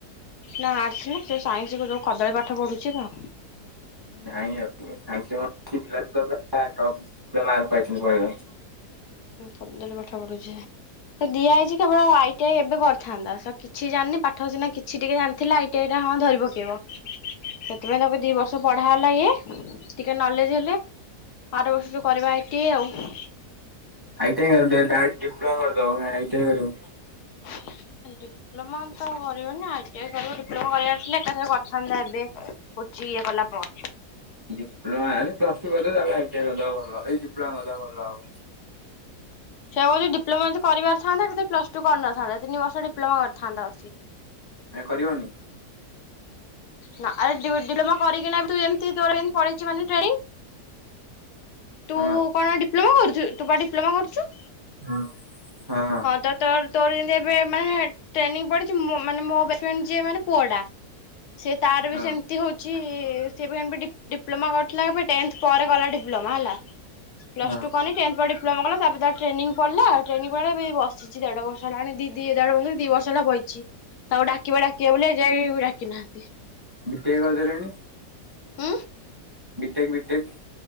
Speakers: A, on the left; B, on the right.
A: ନା ଆର୍ଟସ ନା ସେ ସାଇନ୍ସକୁ ଯୋଉ କଦଳୀ ପାଠ ପଢୁଛି ତ।
B: ନାଇଁ ଆଉ ସାଇନ୍ସ ପିଲା ବି ତ ପୁରା ଟପ ଉପରେ ମାର୍କ ପାଇଛନ୍ତି।
A: କଦଳୀ ପାଠ ପଢୁଛି ସେ ତ ଦିଆ ହେଇଛି କେବଳ ଆଇ ଟି ଆଇ ଏବେ କରିଥାନ୍ତା ତ କିଛି ଜାଣିନି ପାଠ ହଉ ସିନା କିଛି ଟିକେ ଜାଣିଥିଲା ଆଇଟି ଆଇର ହଁ ଧରିବ ପକେଇବ ସେଥିପାଇଁ ତମେ ଦି ବର୍ଷ ପଢା ହେଲା ଇଏ ଟିକେ ନଲେଜ ହେଲେ ଆର ବର୍ଷ କରିବା ଆଇ ଟି ଆଇ ଆଉ।
B: ଆଇ ଟି ଆଇ ଡିପ୍ଲୋମା କରିଦେବ କାଇଁ ଆଇ ଟି ଆଇ କରିବ।
A: <inaudible> ଡିପ୍ଲୋମା ତ କରିବୁନି ଆଇଟି ଆଇ କରିବୁ ଡିପ୍ଲୋମା କରିବାର ଏକାଥରେ କରିଥାନ୍ତା ଏବେ କୋଚି ଇଏ କଲା ପରେ
B: ଡିପ୍ଲୋମା ପ୍ଲସ୍‌ ଟୁ କରିଦଉ ତାପରେ ଆଇ ଟି ଆଇ କରିଦେବା ଭଲ ଏଇ ଡିପ୍ଲୋମା କରିଦେବା ଭଲ ଆଉ।
A: ସେ କହୁଛି ଡିପ୍ଲୋମା କରିିବାରଥାନ୍ତା ତାହାଲେ ପ୍ଲସଟୁ କରିନ ଥାନ୍ତା ତିନି ବର୍ଷ ଡିପ୍ଲୋମା କରିଥାନ୍ତା।
B: ଏ କରିବନି?
A: ନାରେ ଡିପ୍ଲୋମା କରିକିନା ବି ତ ଏମିତି ମାନେ ଟ୍ରେନିଂ। ତୁ
B: ହଁ।
A: କଣ ଡିପ୍ଲୋମା କରୁଛୁ ତୁ ବା ଡିପ୍ଲୋମା କରୁଛୁ।
B: ହୁଁ ହଁ।
A: ତ ତୋର ତୋର ଯେମିତି ଏବେ ମାନେ ଟ୍ରେନିଂ ପଡିଛି ମାନେ ମୋ ବେଷ୍ଟଫ୍ରେଣ୍ଡ ଯିଏ ମାନେ ପୁଅ ଟା। ସେ ତାର
B: ହଁ
A: ବି ସେମିତି ହଉଛି। ସେ ବା ଡିପ୍ଲୋମା କରିଥିଲା ଟେନ୍ତ ପରେ କଲା ହେଲା ଡିପ୍ଲୋମା ହେଲା। ପ୍ଲସ୍
B: ହଁ
A: ଟୁ କନି ଟେନ୍ ଫୁଲମ କଲା ତାପରେ ତା ଟେନି ପଡ଼ିଲ ଟେନିଂ ପ ପରେ ବି ବସିଛି ଦେଢ ବର୍ ହେଲାଣି ଦି ଦେଢ ବର୍ଷ ଦି ବର୍ଷ ହେଲା ବଇ ତାଙ୍କୁ ଡାକିବା ଡାକିବା ବୋଲି ଏଯାଇ ବି ଡାକି ନାହାନ୍ତି।
B: ଟେ କରିଦେଲେଣି।
A: ଉଁ
B: ବିଟେକ ବିଟେକ।